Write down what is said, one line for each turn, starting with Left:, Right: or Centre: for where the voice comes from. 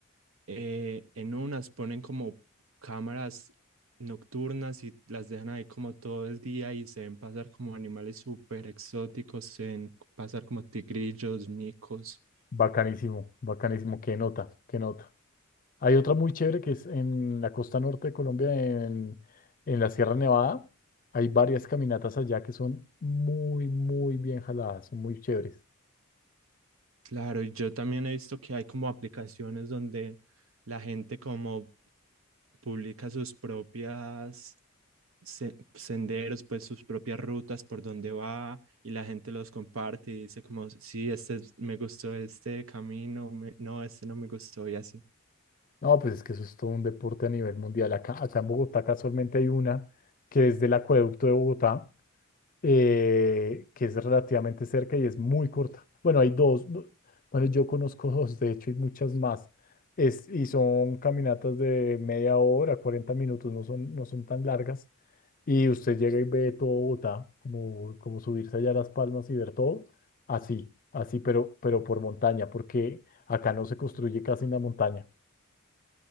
Right: eh, en unas ponen como cámaras nocturnas y las dejan ahí como todo el día y se ven pasar como animales súper exóticos, se ven pasar como tigrillos, micos.
Left: Bacanísimo, bacanísimo, qué nota, qué nota. Hay otra muy chévere que es en la costa norte de Colombia, en, en la Sierra Nevada. Hay varias caminatas allá que son muy, muy bien jaladas, son muy chéveres.
Right: Claro, y yo también he visto que hay como aplicaciones donde la gente como publica sus propias se- senderos, pues sus propias rutas por donde va y la gente los comparte y dice como, sí, este es- me gustó este camino, me- no, este no me gustó y así.
Left: No, pues es que eso es todo un deporte a nivel mundial. Acá, acá en Bogotá casualmente hay una que es del acueducto de Bogotá, eh, que es relativamente cerca y es muy corta. Bueno, hay dos, do- bueno, yo conozco <laughs> dos, de hecho, y muchas más. Es, y son caminatas de media hora, 40 minutos, no son, no son tan largas. Y usted llega y ve todo Bogotá, como, como subirse allá a Las Palmas y ver todo, así, así, pero, pero por montaña, porque acá no se construye casi en la montaña.